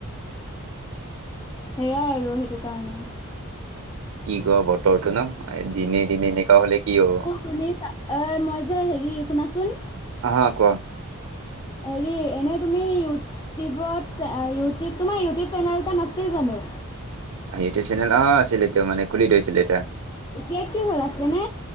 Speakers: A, on the left (about 20°); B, on the right (about 70°).
A: সেয়াই আৰু সেইটো কাৰণে,
B: কি ক বতৰটো ন দিনে দিনে হলে কি হব?
A: তুমিছা এ মই যে হেৰি শুনাচোন।
B: অ হা কোৱা।
A: হেৰি এনেই তুমি ইউটিউবত ইউটিউ তোমাৰ ইউটিউব চেনেল এটা নাছিল জানো?
B: ইউটিউব চেনেল অ আছিল এইটো মানে খুলি থৈছল এটা।
A: এতিয়া কি হল আছে নে?